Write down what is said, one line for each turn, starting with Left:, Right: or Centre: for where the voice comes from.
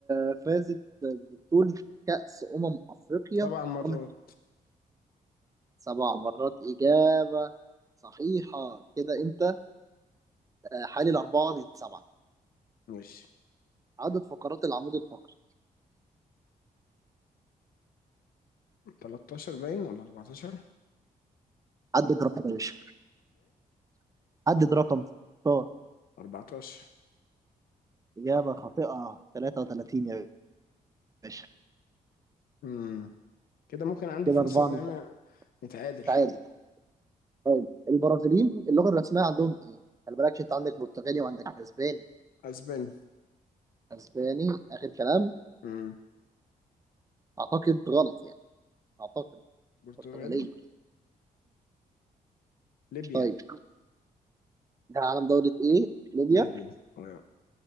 Right: آه، فازت ببطولة كأس أمم أفريقيا
Left: سبع مرات
Right: قبل سبع مرات إجابة صحيحة كده أنت آه، حالي الأربعة من سبعة
Left: ماشي
Right: عدد فقرات العمود الفقري
Left: 13 باين ولا 14
Right: عدد رقم يا باشا عدد رقم اختار
Left: 14
Right: إجابة خاطئة 33 يا باشا
Left: امم كده ممكن عندي
Right: كده
Left: فرصة
Right: أربعة
Left: ان
Right: من
Left: انا
Right: سبعة
Left: نتعادل
Right: تعادل طيب البرازيليين اللغة الرسمية عندهم إيه؟ خلي بالك عشان أنت عندك برتغالي وعندك أسباني
Left: اسباني
Right: أسباني آخر كلام
Left: امم
Right: أعتقد غلط يعني أعتقد
Left: برتغالي
Right: برتغالية
Left: ليبيا
Right: طيب ده عالم دورة ايه ليبيا
Left: ليبيا آه،